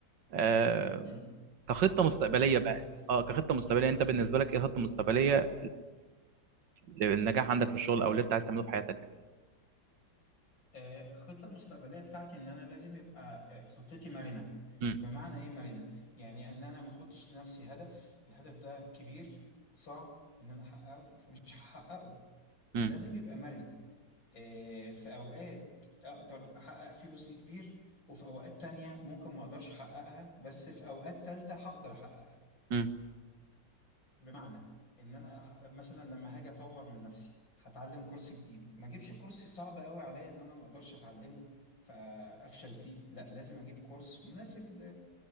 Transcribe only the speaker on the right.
آه،
كخطة مستقبلية
بقى اه كخطة مستقبلية أنت بالنسبة لك إيه خطة مستقبلية للنجاح عندك في الشغل او اللي انت عايز تعمله في حياتك
امم
امم
امم